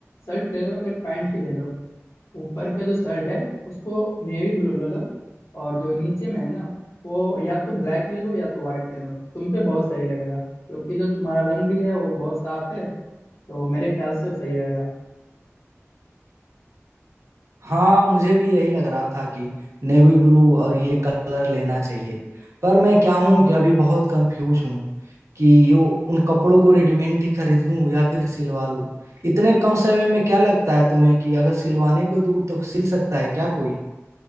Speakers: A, on the left; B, on the right.
A: शर्ट ले लो एक पैंट ही ले लो ऊपर का जो शर्ट है उसको नेवी ब्लू ले लो और जो नीचे में है ना वो या तो ब्लैक ले लो या तो व्हाइट ले लो तुम पे बहुत सही लगेगा क्योंकि जो तुम्हारा रंग भी है वो बहुत साफ है तो मेरे ख्याल से वो सही रहेगा
B: हाँ मुझे भी यही लग रहा था कि नेवी ब्लू और ये कलर लेना चाहिए पर मैं क्या हूँ कि अभी बहुत कंफ्यूज हूँ कि यो उन कपड़ों को रेडीमेड ही खरीद लूं या फिर सिलवा लूं इतने कम समय में क्या लगता है तुम्हें कि अगर सिलवाने को दूं तो सिल सकता है क्या कोई